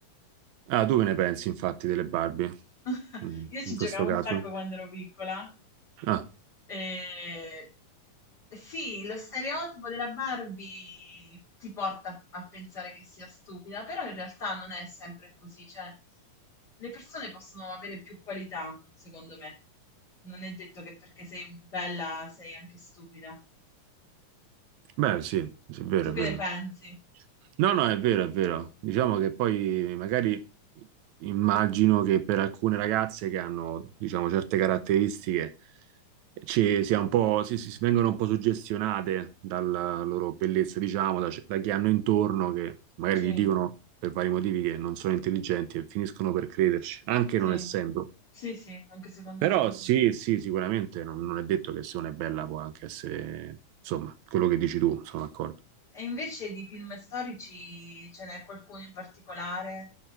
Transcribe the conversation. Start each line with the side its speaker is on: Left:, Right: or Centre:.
Right: Ah, tu che ne pensi, infatti, delle Barbie,
Left: <laughs>
Right: Mm,
Left: Io ci
Right: in
Left: giocavo
Right: questo caso?
Left: un sacco quando ero piccola
Right: Ah,
Left: Eh, sì, lo stereotipo della Barbie ti porta a pensare che sia stupida, però in realtà non è sempre così, cioè le persone possono avere più qualità, secondo me. Non è detto che perché sei bella sei anche stupida.
Right: beh, sì, sì, è vero,
Left: Tu che
Right: è vero.
Left: ne pensi?
Right: No, no, è vero, è vero. Diciamo che poi magari immagino che per alcune ragazze che hanno, diciamo, certe caratteristiche ci sia un po', si, si- si vengono un po' suggestionate dalla loro bellezza, diciamo, da, da chi hanno intorno, che magari
Left: Sì,
Right: gli dicono per vari motivi che non sono intelligenti e finiscono per crederci, anche
Left: sì,
Right: non essendo.
Left: sì, sì, anche secondo
Right: Però
Left: me.
Right: sì, sì, sicuramente non, non è detto che se una è bella può anche essere, insomma, quello che dici tu, sono d'accordo.
Left: E invece di film storici ce n'è qualcuno in particolare